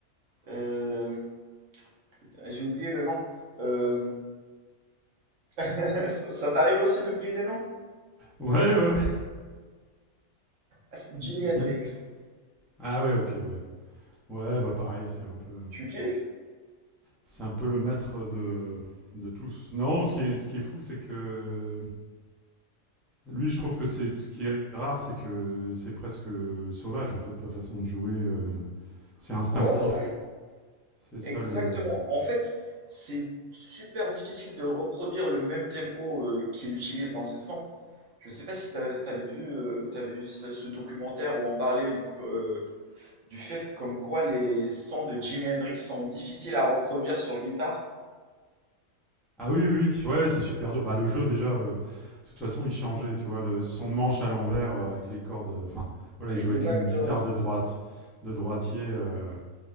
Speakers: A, on the right (about 65°); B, in the centre.
A: euh, putain, j'ai oublié le nom. Euh, <laughs> ça ça t'arrive aussi d'oublier les noms?
B: Ouais, ouais, ouais.
A: Ah, c'est Jimi
B: Donc-
A: Hendrix.
B: Ah ouais, ok, ouais. Ouais, bah pareil, c'est un peu,
A: Tu kiffes?
B: c'est un peu le maître de, de tous. Non, ce qui est, ce qui est fou, c'est que lui, je trouve que c'est ce qui est rare, c'est que c'est presque sauvage en fait sa façon de jouer. euh, c'est instinctif.
A: Ouais, ouais, ouais.
B: C'est ça
A: Exactement.
B: le.
A: En fait, c'est super difficile de reproduire le même tempo euh, qu'il utilise dans ses sons. Je sais pas si t'as- si t'avais vu, euh, t'avais vu ce, ce documentaire où on parlait de co- euh, du fait comme quoi les sons de Jimi Hendrix sont difficiles à reproduire sur guitare.
B: Ah oui, oui, ouais, c'est super dur. Bah le jeu déjà, euh, de toute façon, il changeait, tu vois, le, son manche à l'envers euh, avec les cordes. euh, Enfin, voilà,
A: Exactement.
B: il jouait avec une guitare de droite, de droitier. euh,